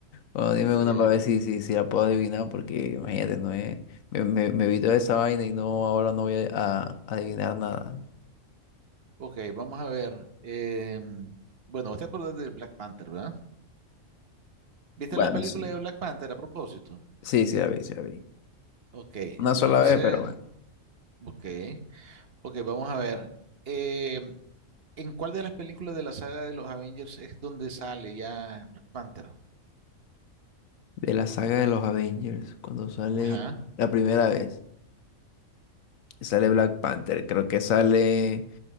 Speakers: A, on the left; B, on the right.
A: Bueno, dime
B: Así
A: una
B: es.
A: para ver si, si, si la puedo adivinar, porque imagínate, no es. Me, me, me vi toda esa vaina y no, ahora no voy a, a adivinar nada.
B: Ok, vamos a ver. eh, bueno, vos te acuerdas de Black Panther, ¿verdad? ¿Viste
A: Bueno,
B: la película
A: sí.
B: de Black Panther a propósito?
A: Sí, sí la vi, sí la vi.
B: Ok, entonces,
A: Una sola vez, pero bueno.
B: ok, ok, vamos a ver. eh, ¿en cuál de las películas de la saga de los Avengers es donde sale ya Black Panther?
A: De la saga de los Avengers, cuando sale
B: Ajá,
A: la primera vez, sale Black Panther. Creo que sale